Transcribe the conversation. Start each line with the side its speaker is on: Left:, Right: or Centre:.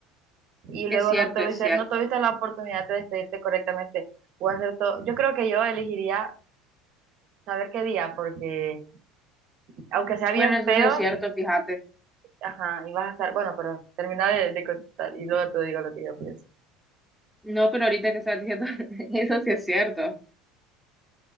Right: y luego
Centre: es cierto,
Right: no tuviste,
Centre: es cierto.
Right: no tuviste la oportunidad de despedirte correctamente o hacer todo. Yo creo que yo elegiría saber qué día porque aunque sea bien
Centre: Bueno, eso
Right: feo,
Centre: sí es cierto, fíjate.
Right: ajá, y vas a estar, bueno, pero termina de, de contestar y luego te digo lo que yo pienso.
Centre: No, pero ahorita que estás diciendo, <laughs> eso sí es cierto.